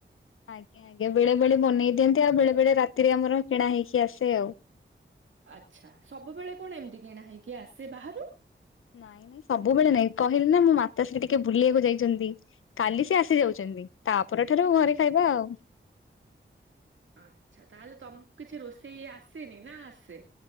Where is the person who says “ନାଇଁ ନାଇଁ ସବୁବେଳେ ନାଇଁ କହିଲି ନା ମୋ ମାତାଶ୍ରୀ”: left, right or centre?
Left